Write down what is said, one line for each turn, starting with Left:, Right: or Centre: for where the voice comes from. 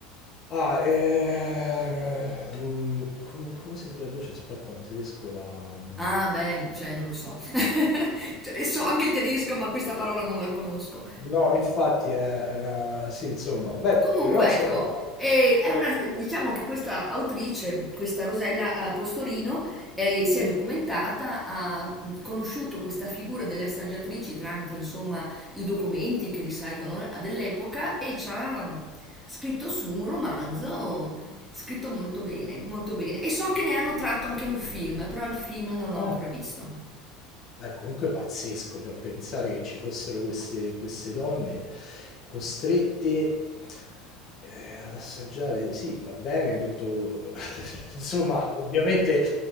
Left: Ah, eh, mm, com- come si traduce? Aspetta, in tedesco la... mm,
Centre: ah beh, cioè non lo so. <laughs> Cioè, so anche il tedesco, ma questa parola non la conosco.
Left: No, infatti è, è una... Sì, insomma, beh,
Centre: Comunque,
Left: però insomma...
Centre: ecco, eh, è una- diciamo che questa autrice, questa Rosella eh, Postorino, eh, si
Left: Sì.
Centre: è documentata, ha mh, conosciuto questa figura delle assaggiatrici tramite, insomma, i documenti che risalgono a dell'epoca e ci ha mh, scritto su un romanzo scritto molto bene, molto bene. E so che ne hanno tratto anche un film, però il film non l'ho
Left: Ah!
Centre: ancora visto.
Left: Beh, comunque è pazzesco, cioè pensare che ci fossero queste, queste donne costrette eh, ad assaggiare, sì, va bene, tutto, <laughs> insomma, ovviamente